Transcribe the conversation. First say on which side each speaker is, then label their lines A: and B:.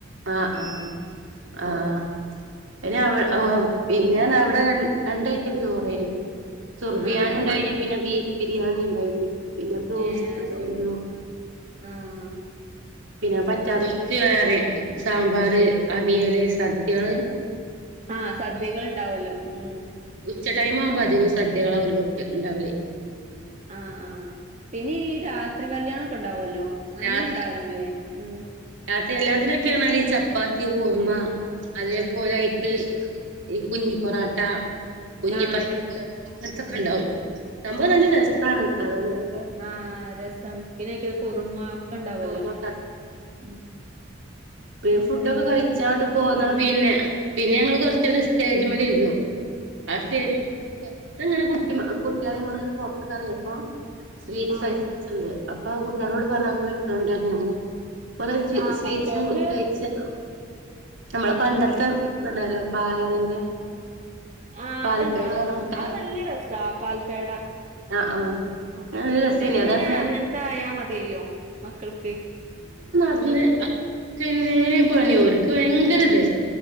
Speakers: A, on the right (about 70°); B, on the right (about 35°).
A: ആഹ് ആഹാ ആഹ് അയ്ന് അവ് അ പിന്നെ അവിടെരണ്ടയ്റ്റം ചോറ് ഏനി സുർ ബിയാനുണ്ടായി
B: ആഹ്
A: നി പിന്നെ ബീഫ് ബിരിയാണി ഇണ്ടായിനി പിന്നെ ബ്രോസ്റ്റ്ണ്ടായി
B: ഏ അയ്ശരി
A: നു
B: ആഹ്
A: പിന്നെ പ റ്റാത്തോൽക്ക് വേറിം സാമ്പാറ് അവിയല് സദ്യ കള്
B: ആ സദ്യകള്ണ്ടാ വല്ലേ ഉം
A: ഉച്ച ടൈമ് ആവുമ്പോ അധികും സദ്യകളാ ഒല് വ ഉണ്ടാകല്
B: ആ ആ പിന്നെ ഈ രാത്രി കല്യാണം ക്കെ ണ്ടാവല്ലേ അങ്ങനെ
A: രാത്രി
B: ണ്ടാവല്‌ല്ലേ മ്
A: രാത്രി കല്യാണത്തിനെക്കെ ചെന്നാല് ഈ ചപ്പാത്തി കുറു മ അതേപോലെ അയിക്ക്
B: ആ
A: ഈ കുഞ്ഞി പെറാട്ട കുഞ്ഞി
B: ആ
A: പത്തിരി
B: അങ്ങനത്തെ
A: അങ്ങൻ ത്തെക്കെണ്ടാവും
B: ഉം
A: സംഭവം നല്ല രസാണ് അതെങ്ങനെ
B: ആ രസാണ് പിന്നെ അയ്ക്ക് കുറുമ ഒക്കെ ണ്ടാവുല്ലോ
A: കുറുമ
B: ഉം
A: ബീഫ് ഫുടൊക്കെ കയിച്ചാണ്ട് പോന്നാ പിന്നെ പിന്നെ ഞങ്ങള് കൊർച്ചേരംസ്റ്റേജിമ്മ്ല് ഇരുന്നു ആ സ്റ്റേജിമല് വെറുതെ ങ്ങനെ കുത്ത ക്കിം കുട്ടിയോളികൊണ്ട് ങ്ങനെ പൊർത്ത്ക്ക് എറങ്ങിയപ്പോ സ്വീറ്റ്സ്
B: ആ
A: ഐറ്റംസ്ണ്ട് അപ്പൊ ആ കുട്ടികളോട് പറഞ്ഞ് അത് പോയിട്ത്ത്കൊണ്ടരാന് അങ്ങനെ ഓരോ
B: ആ
A: സ്വീറ്റ്സുണ്ട്
B: കുട്ടികൾക്ക്
A: കഴിച്ചാല്ലോ നമ്മളെ പണ്ടത്തെ ത്ണ്ടാലോ പാലടന്റെ
B: ആ
A: പാൽപേട
B: അത്ണ്ട് ആ ആ
A: മിഠായി
B: അഹ് നല്ല രസാ പാൽ പേടാ
A: ആഹ് ആഹ്
B: ഉം
A: നല്ല
B: കുട്ടിയാക്ക്
A: രസേനി അതങ്ങനെ
B: പിന്നെ അങ്ങൻത്തായാമതില്ലോ മക്കൾക്ക്
A: കുത്തർന്ന്
B: ഉം
A: അത് കഴിക്ക് പിന്നെ പണി ഓർക്ക് ഭയങ്കര ഇത്